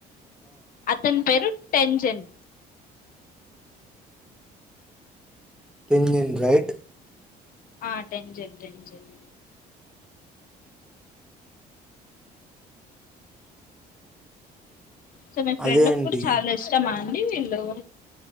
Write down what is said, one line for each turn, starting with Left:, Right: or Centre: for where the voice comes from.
Left: అతని పేరు పెంజన్
Centre: టెన్జన్ రైట్
Left: ఆ టెన్జన్ టెన్జన్ సో మీ ఫ్రెండ్
Centre: అదే
Left: కి
Centre: అండి
Left: కూడా చాలా ఇష్టమా మళ్ళీ వెళ్ళు